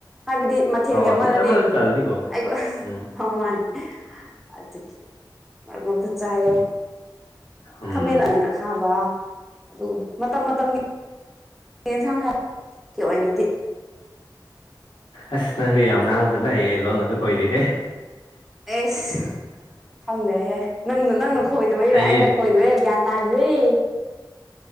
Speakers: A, in the centre; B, on the left.
A: ꯍꯥꯏꯕꯗꯤ ꯃꯊꯦꯜꯒꯤ
B: ꯑꯣ
A: ꯑꯃꯅꯗꯤ
B: ꯑꯗꯨꯝ ꯆꯥꯃꯜꯂꯁꯨ ꯇꯥꯜꯂꯅꯤꯀꯣ
A: ꯑꯩ
B: ꯎꯝ
A: ꯃꯥꯅꯤ ꯑꯗꯀꯤ ꯃꯔ ꯃꯛꯇ ꯆꯥꯍꯦ
B: ꯎꯝ
A: ꯈꯥꯃꯦꯟ ꯑꯃꯦꯟ ꯑꯈꯥꯕ ꯑꯗꯨꯒꯨꯝ ꯃꯇꯝ ꯃꯇꯝꯒꯤ ꯌꯦꯟꯁꯥꯡ ꯍꯥꯏ ꯑꯣꯏꯅꯗꯤ
B: ꯑꯁ ꯅꯪꯗꯤ ꯌꯥꯝ ꯉꯥꯡꯕ ꯐꯠꯅ ꯍꯌꯦꯦ ꯂꯣꯟ ꯉꯇ ꯈꯣꯏꯔꯤꯍꯦ
A: ꯑꯦꯁ ꯈꯪꯗꯦꯍꯦ ꯅꯪꯅ ꯅꯪꯅ ꯈꯣꯏꯗꯕꯩꯔ
B: ꯍꯩꯌꯦ
A: ꯑꯩꯅ ꯍꯣꯏꯔꯣꯏꯦ ꯒ꯭ꯌꯥꯟ ꯇ ꯍꯥꯏꯗ꯭ꯔꯤ